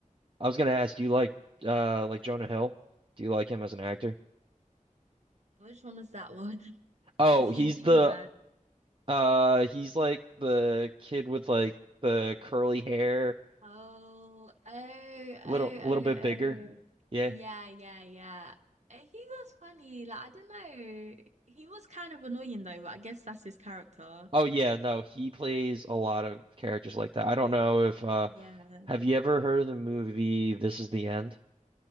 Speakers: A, on the right (about 40°); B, on the right (about 55°).
A: I was gonna ask, do you like uh like Jonah Hill? Do you like him as an actor?
B: Which one was that one? <laughs>
A: Oh,
B: Was he
A: he's
B: in Superbad?
A: the
B: <laughs>
A: uh he's like the kid with like the curly hair,
B: Oh, oh,
A: little
B: oh,
A: a
B: oh,
A: little bit
B: oh.
A: bigger. yeah.
B: Yeah, yeah, yeah. Uh, He was funny. Like, I don't know. He was kind of annoying though, but I guess that's his character.
A: Oh yeah,
B: <clears throat>
A: no, he plays a lot of characters like that. I don't know if uh
B: Yeah.
A: have you ever heard of the movie This Is the End?